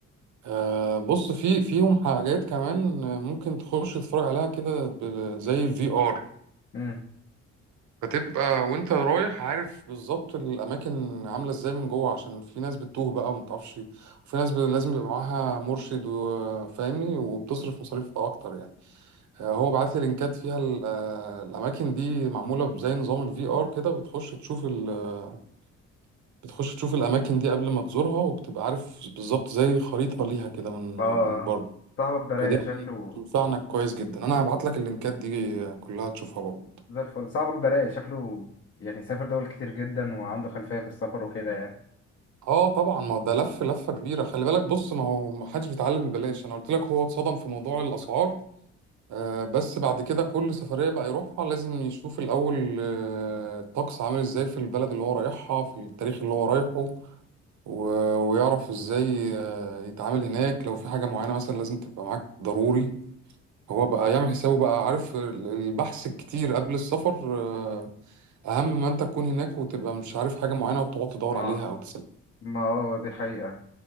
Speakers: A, on the right; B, on the left.
A: آه، بص في فيهم حاجات كمان آه، ممكن تخش تتفرج عليها كده ب- زي الفي ار
B: امم
A: فتبقى وانت رايح عارف بالظبط الاماكن عامله ازاي من جوه عشان في ناس بتتوه بقى وما تعرفش وفي ناس ب- لازم يبقى معاها مرشد وفاهمني وبتصرف مصاريف اكتر يعني آه، هو بعت لي لينكات فيها ال- آه، الاماكن دي معموله بزي نظام الفي ار كده بتخش تشوف ال آه، بتخش تشوف الاماكن دي قبل ما تزورها وبتبقى عارف بالظبط زي خريطه ليها كده من
B: اه
A: آه، من بره
B: صاحبك ده رايق
A: فدي
B: شكله
A: هتنفعنا كويس جدا انا هبعت لك اللينكات دي كلها تشوفها برضه
B: زي الفل صاحبك ده رايق شكله يعني سافر دول كتير جدا وعنده خلفية في السفر وكده يعني
A: اه طبعا ما هو ده لف لفه كبيره خلي بالك بص ما هو ما حدش بيتعلم ببلاش انا قلت لك هو اتصدم في موضوع الاسعار آه بس بعد كده كل سفريه بقى يروحها لازم يشوف الاول آه الطقس عامل ازاي في البلد اللي هو رايحها في التاريخ اللي هو رايحه و- ويعرف ازاي آه يتعامل هناك لو في حاجه معينه مثلا لازم تبقى معاك ضروري هو بقى يعمل حسابه بقى عارف ال- البحث الكتير قبل السفر آه اهم ما انت تكون هناك وتبقى مش عارف حاجه معينه وتقعد تدور
B: ما
A: عليها او تسال
B: ما اه دي حقيقة